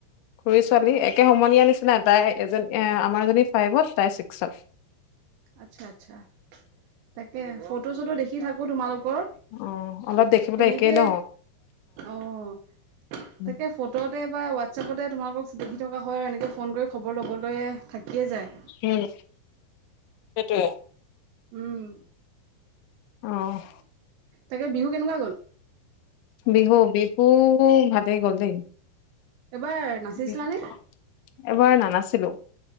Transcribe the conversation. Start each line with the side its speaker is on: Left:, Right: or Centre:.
Left: খুড়ী ছোৱালী, একে সমনীয়া নিচিনা। তাই এজ, আমাৰজনী ফাইভত, তাই ছিক্সত।
Right: আচ্ছা, আচ্ছা। তাকে, ফটো-চটো দেখি দেখি থাকোঁ তোমালকৰ।
Left: অ অলপ দেখিবলৈ
Right: তেনেকে,
Left: একেই ন।
Right: অ'! <unintelligible>
Left: উম
Right: তাকে, ফ ফটোতে বা হোৱাটছএপতে, তোমালোকক দেখি থকা হয় আৰু। এনেকৈ ফোন কৰি খবৰ ল'বলৈ, থাকিয়ে যায়।
Left: উম, সেইটোৱে।
Right: উম।
Left: অ'!
Right: তাকে, বিহু কেনেকুৱা গ'ল?
Left: বিহু, বিহু ভালেই গ'ল দেই। <inaudible>
Right: এবাৰ নাচিছিলানে
Left: এইবাৰ নানাছিলোঁ।